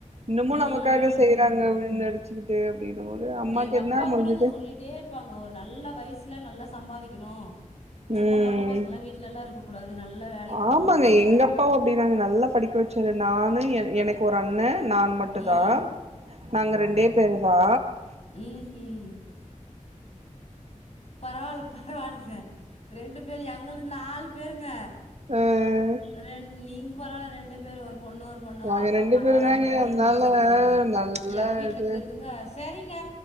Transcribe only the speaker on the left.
ம்
ம்
ம்
எங்க அப்பா
கூடங்க சொல்லிட்டே இருப்பாங்க ஒரு நல்ல வயசுல நல்லா சம்பாதிக்கணு
சும்மா பொட்ட பசங்ளா வீட்ல எல்லாருக்க கூடாது நல்லா வேலைக்கு
போனனுன்னுவாங்க
ம்.
உம் உம் பரவாயில்ல பரவாயில்லங்க ரெண்டு பேரு எங்கள்து நாலு பேருங்க
ரெண் நீங்க பரவாயில்ல ரெண்டு பேர் ஒரு பொண்ணுருற் பொண்ணோ
அப்போ
பரவாயில்ல
ரெண்டு பேரும்
நிறுத்திருக்கிறாங்க
எங்க வீட்ல
இருக்கிறதுங்கஸ் தெரிங்க